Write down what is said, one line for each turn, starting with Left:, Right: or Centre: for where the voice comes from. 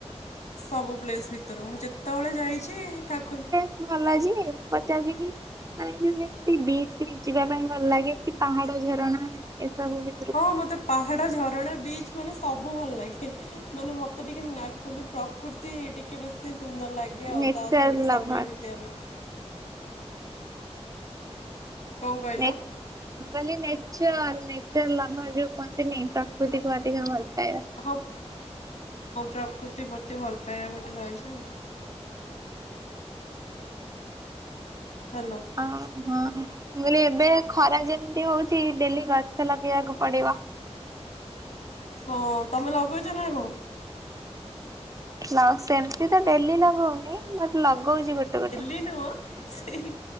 Left: ସବୁ ପ୍ଲେସ୍ ଭିତରୁ, ମୁଁ ଯେତେବେଳେ ଯାଇଚି <unintelligible>
Right: ତୁ ଭଲ ହେଉଚି କି, ପଚାରୁଚି କି? ମାନେ ଯେମିତି ବିଚ୍ ଯିବା ପାଇଁ ଭଲ ଲାଗେ, କି ପାହାଡ ଝରଣା ଏସବୁ ଵି।
Left: ହଁ ମୋତେ ପାହାଡ଼, ଝରଣା, ବିଚ୍ ମାନେ ସବୁ ଭଲ ଲାଗେ। ମାନେ ମତେ ଟିକେ ନାଚୁଆଲି ପ୍ରକୃତି ଟିକେ ବେଶୀ ସୁନ୍ଦର ଲାଗେ। <unintelligible> ଆଉ
Right: ନେଚର
Left: ତା ସହିତ
Right: ଲଭର
Left: ସମୟ ବିତେଇବା ପାଇଁ କଣ କହିଲ?
Right: ନେ ମୁଁ କହିଲି ନେଚର-ନେଚର ଲଭର୍ ଯୋଉ କୁହନ୍ତିନି, ପ୍ରକୃତିକୁ ଅଧିକା ଭଲ ପାଏ।
Left: <unintelligible> ହଁ ପ୍ରକୃତି ପ୍ରତି ଭଲ ପାଇବା ଗୋଟେ ରହିଛନ। ହ୍ୟାଲୋ
Right: ହଁ-ହଁ, ମୁଁ କହିଲି ଏବେ ଖରା ଯେମିତି ହଉଚି ଡେଲି ଗଛ ଲଗେଇବାକୁ ପଡିବ।
Left: ହଁ ତମେ ଲଗେଇଛ ନା କଣ?
Right: ତ ସେମିତିତ ଡେଲି ଲଗଉନି, ବଟ୍ ଲଗଉଛି ଗୋଟେ-ଗୋଟେ।
Left: ସେ ନୁହଁ ସେଇ,